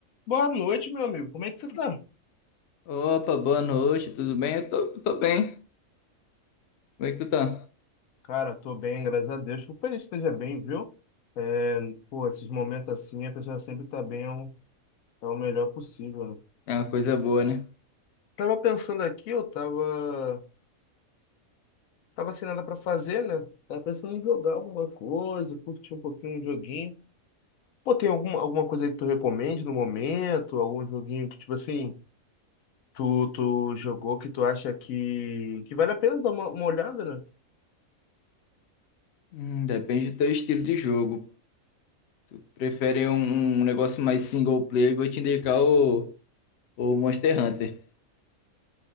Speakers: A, on the left (about 80°); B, on the left (about 60°).
A: Boa noite, meu amigo. Como é que você tá?
B: Opa, boa noite, tudo bem? Eu tô, tô bem. Como é que tu tá?
A: Cara, tô bem, graças a Deus. Fico feliz que esteja bem, viu? É, pô, esses momentos assim, a pessoa sempre tá bem, é o, é o melhor possível, né?
B: É uma coisa boa, né?
A: Tava pensando aqui, eu tava, tava sem nada pra fazer, né? Tava pensando em jogar alguma coisa, curtir um pouquinho um joguinho. Pô, tem alguma, alguma coisa aí que tu recomende no momento? Algum joguinho que, tipo assim, tu, tu jogou que tu acha que, que vale a pena dar uma, uma olhada, né?
B: Hum, depende do teu estilo de jogo. Tu prefere um, um negócio mais single player, eu vou te indicar o, o Monster Hunter.